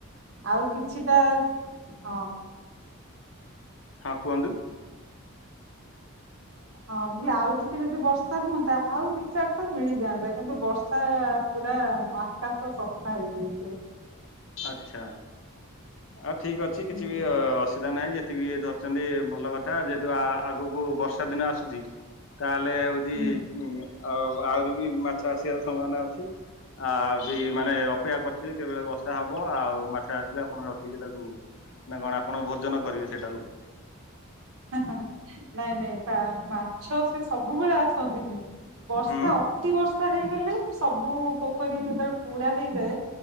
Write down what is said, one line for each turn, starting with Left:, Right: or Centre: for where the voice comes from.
Right: ଆଉ କିଛିଟା ହଁ।
Left: ହଁ କୁହନ୍ତୁ।
Right: ହଁ, ମୁଁଲି ଆଉ ଟିକେ ଯଦି ବର୍ଷା ହୁଅନ୍ତା ଆଉ ଦି ଚାର ଟା ମିଳିଯାଆନ୍ତା। କିନ୍ତୁ ବର୍ଷା ପୁରା ଆକାଶ ସଫା ହେଇଯାଇଛି ଆଜି।
Left: ଆଚ୍ଛା। ଆଉ ଠିକ୍ ଅଛି।
Right: ହୁଁ
Left: କିଛି ବି ଅ-ଅସୁବିଧା ନାହିଁ। ଯେତିକି ବି ଧରିଛନ୍ତି, ଭଲ କଥ ଥା ଯେହେତୁ ଆଗକୁ ବର୍ଷା ଦିନ ଆସୁଛି। ତାହେଲେ ହଉଛି
Right: ହୁଁ
Left: ଆଉ ଆହୁରି ବି ମାଛ ଆସିବାର ସମ୍ଭାବନା ଅଛି! ଆ ବି ମାନେ ଅପେକ୍ଷା କରିଥିବେ, କେବେଳେ ବର୍ଷା ହବ। ଆଉ ମାଛ ଆସିଲେ ଆପ ଆପଣ ରଖିକି ତାକୁ, ମାନେ କଣ ଆପଣ ଭୋଜନ କରିବେ ସେଟାକୁ।
Right: ହଁ ହଁ ହଁ, ନାଇଁ ନାଇଁ ବା ମାଛ ସେ ସବୁବେଳେ ଆସନ୍ତିନି। ବର୍ଷା
Left: ହୁଁ
Right: ଅତି ବର୍ଷ ଚା ହେଇଗଲେ ସବୁ ପୋଖରୀ ଯେତେବେଳେ ପୁରା ହେଇଯାଏ,